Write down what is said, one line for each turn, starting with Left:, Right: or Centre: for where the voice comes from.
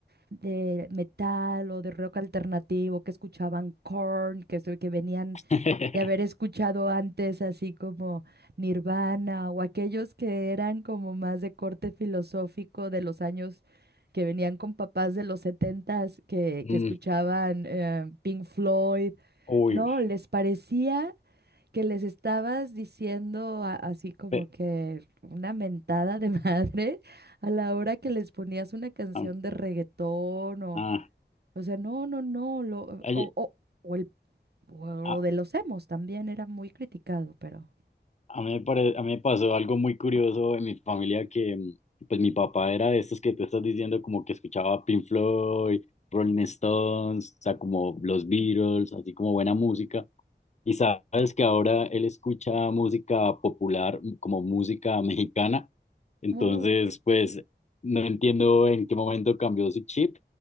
Right: de metal o de rock alternativo, que escuchaban Korn, que, se- que venían
Left: <laughs>
Right: de haber escuchado antes así como Nirvana o aquellos que eran como más de corte filosófico de los años que venían con papás de los setentas que,
Left: Mm,
Right: que escuchaban eh, Pink Floyd,
Left: uy,
Right: no, les parecía que les estabas diciendo a- así como
Left: pe-
Right: que una mentada de <laughs> madre a la hora que les ponías una canción
Left: ah,
Right: de reggaetón o,
Left: ah,
Right: o sea, no, no, no, lo,
Left: oye,
Right: o, o- o el o lo
Left: ah,
Right: de los emos también era muy criticado, pero...
Left: A mí me pare- a mí me pasó algo muy curioso en mi familia que, mm, pues mi papá era de estos que tú estás diciendo, como que escuchaba Pink Floyd, Rolling Stones, o sea, como los Beatles, así como buena música. Y sabes que ahora él escucha música popular, m- como música <laughs> mexicana. Entonces,
Right: Oh,
Left: pues no entiendo en qué momento cambió su chip,